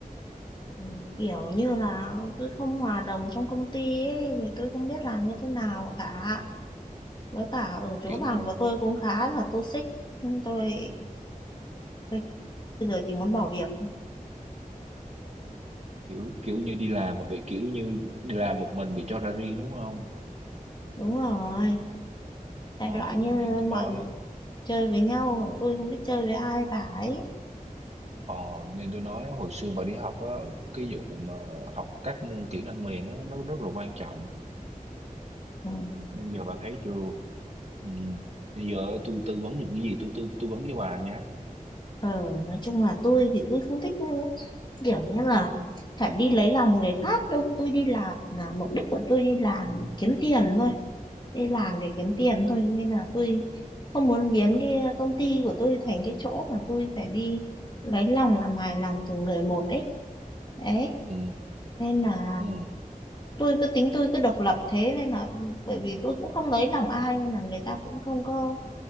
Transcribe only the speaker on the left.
Ừ, Kiểu như là tôi không hòa đồng trong công ty ấy, thì tôi không biết làm như thế nào cả. Với cả ở
chỗ
làm
của tôi cũng khá là toxic. Nhưng tôi, tôi bây giờ chỉ muốn bỏ việc thôi.
Đúng rồi. Đại
loại như
mọi người chơi với nhau, còn tôi không biết chơi với ai cả ấy.
Ừ.
Ờ, nói chung là tôi thì tôi không thích kiểu như là phải đi lấy lòng người khác đâu tôi đi làm là mục đích của tôi đi làm kiếm tiền thôi đi làm để kiếm tiền thôi nên là tôi không muốn biến cái công ty của tôi thành cái chỗ mà tôi phải đi lấy lòng làm hài lòng từng người một ấy đấy
nên là
tôi cứ tính tôi cứ độc lập thế nên là bởi vì tôi cũng không lấy lòng ai nên là người ta cũng không có